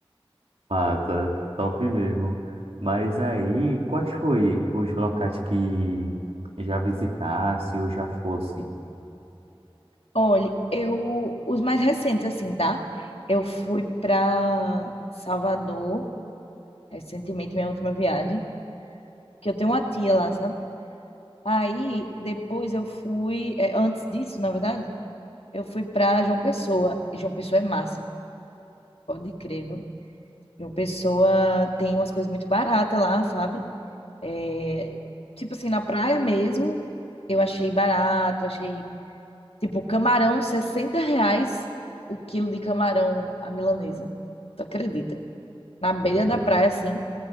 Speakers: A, on the right (about 80°); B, on the left (about 85°).
A: Mata, top mesmo. Mas aí, quais foi os locais que já visitasse ou já fosse?
B: Olha, eu, os mais recentes, assim, tá? Eu fui pra Salvador recentemente, minha última viagem, que eu tenho uma tia lá, sabe? Aí, depois eu fui, é, antes disso, na verdade. Eu fui pra João Pessoa. E João Pessoa é massa, pode crer, viu? João Pessoa tem umas coisas muito baratas lá, sabe? É, tipo assim, na praia mesmo, eu achei barato, achei, tipo, camarão, 60 reais o quilo de camarão à milanesa. Tu acredita? Na beira
A: Poxa,
B: da praia, assim,